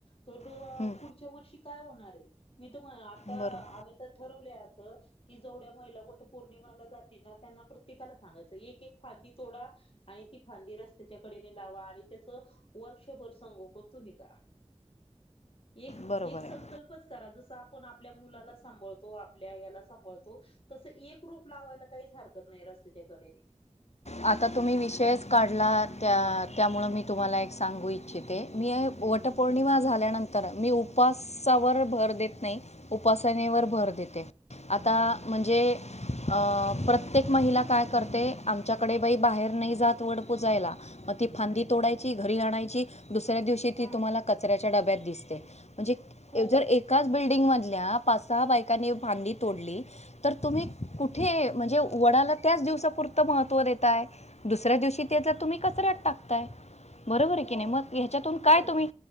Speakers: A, on the left (about 55°); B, on the left (about 75°).
A: तर,
B: आहे
A: पुढच्या वर्षी काय होणारेय? मी तुम्हाला आता
B: बरं
A: आम्ही तर ठरवल असं कि, जवढ्या महिला वटपौर्णिमाला जातील ना त्यांना प्रत्येकाला सांगायचं, एक एक फांदी तोडा आणि ती फांदी रस्त्याच्या कडेने लावा आणि त्याचं वर्षभर संगोपण तुम्ही करा. एक
B: बरोबर
A: एक संकल्पच
B: आहे
A: करा जसं आपण आपल्या मुलाला सांबाळतो, आपल्या याला सांबाळतो तसं एक रोप लावायला काहीच हरकत नाही रस्तेच्याकडेने.
B: आता तुम्ही विषयच काढला त्या त्यामुळं मी तुम्हाला एक सांगू इच्छिते, मी आहे वटपोर्णिमा
A: हो हो
B: झाल्यानंत तर मी उपस्सावर भर देत नाही, उपासनेवर भर देते. आता म्हणजे अ प्रत्येक महिला काय करते आ आमच्याकडे बाई बाहेर नाही जात वड पूजायला, मग ती फांदी तोडायची,
A: हो.
B: घरी आणायची दुसऱ्या दिवशी ती
A: हा
B: तुम्हाला कचऱ्याच्या डब्यात दिसते, म्हणजे
A: हो
B: जर एक काच बिल्डिंग मधल्या पाच सहा बायकांनी फांदी तोडली तर तुम्ही कुठे, म्हणजे वडाला त्याच दिवसापुरतं महत्व त्व देताय, दुसऱ्या दिवशीे ते त तुम्ही कचऱ्यात टाकताय बरोबर
A: हो
B: आहे की नाही? मग ह्याच्यातून काय
A: हो
B: तुम्ही